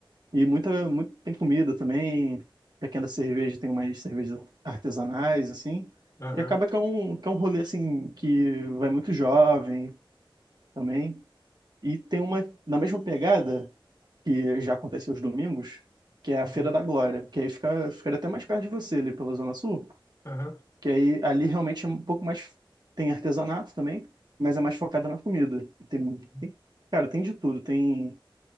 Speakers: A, on the right (about 50°); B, on the left (about 35°).
A: e muita, muito, tem comida também. Pra quem é da cerveja, tem umas cervejas artesanais, assim.
B: Aham.
A: E acaba que é um, que é um rolê, assim, que vai muito jovem também. E tem uma, na mesma pegada, que já acontece aos domingos, que é a
B: Uhum.
A: Feira da Glória, que aí fica, fica até mais perto de você, ali pela Zona Sul.
B: Aham.
A: Que aí ali realmente é um pouco mais. Tem artesanato também, mas é mais focada na comida. Tem,
B: Uhum.
A: tem- cara, tem de tudo. Tem,